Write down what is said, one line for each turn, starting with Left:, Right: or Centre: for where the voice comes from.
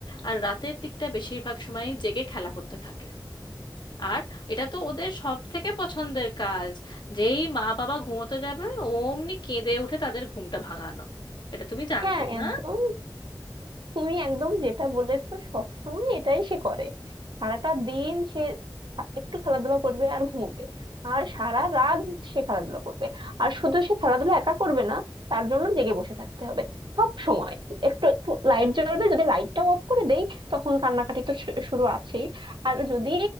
Left: আর রাতের দিকটা বেশিরভাগ সময় জেগে খেলা করতে থাকে আর এটা তো ওদের সব থেকে পছন্দের কাজ যেই মা বাবা ঘুমোতে যাবে অমনি কেঁদে উঠে তাদের ঘুমটা ভাঙানো এটা তুমি জানতে
Right: হ্যাঁ
Left: না
Right: একদম তুমি একদম যেটা বলেছো সব সময় এটাই সে করে সারাটা দিন সে খা- একটু খেলাধুলা করবে আর ঘুমোবে আর সারা রাত সে খেলাধুলা করবে আর শুধু সে খেলাধুলা একা করবে না তার জন্য জেগে বসে থাকতে হবে সব সময় একটু একটু লাইট জ্বলবে যদি লাইটটাও অফ করে দেই তখন কান্নাকাটি তো শু- শুরু আছেই আর যদি